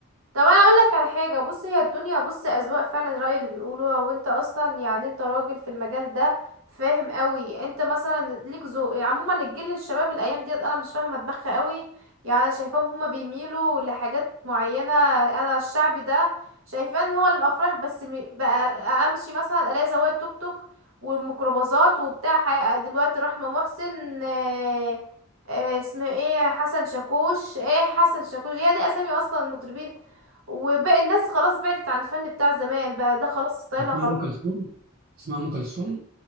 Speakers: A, on the right (about 70°); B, on the right (about 45°).
A: طب انا اقول لك على حاجه بص هي الدنيا بص اذواق فعلا راي اللي بيقولوها وانت اصلا يعني انت راجل في المجال ده فاهم قوي انت مثلا ليك ذوق عموما الجيل الشباب الايام ديت انا مش فاهمه دماغها قوي يعني انا شايفاهم هما بيميلوا لحاجات معينه انا الشعب ده شايفاه ان هو الافراح بس م- بقى امشي مثلا الاقي سواق توك توك والميكروباصات وبتاع حي- دلوقتي رحمه محسن آه، آه، اسمه ايه حسن شاكوش ايه حسن شاكوش هي دي اسامي اصلا مطربين وباقي الناس خلاص بعدت عن الفن بتاع زمان بقى ده خلاص ستايلها
B: تسمع
A: خلاص
B: ام كلثوم تسمع ام كلثوم